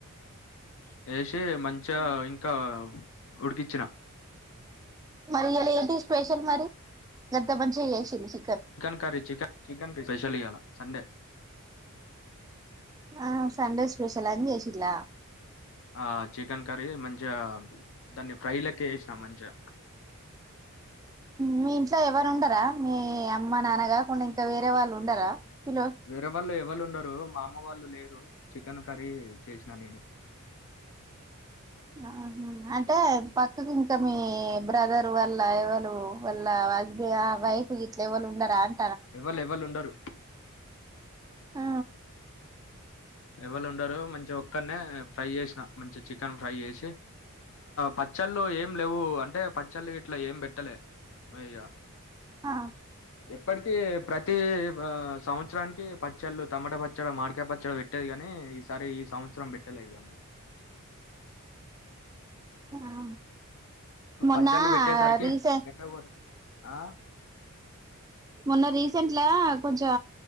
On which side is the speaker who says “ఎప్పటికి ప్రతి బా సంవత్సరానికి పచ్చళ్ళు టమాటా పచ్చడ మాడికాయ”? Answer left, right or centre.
Left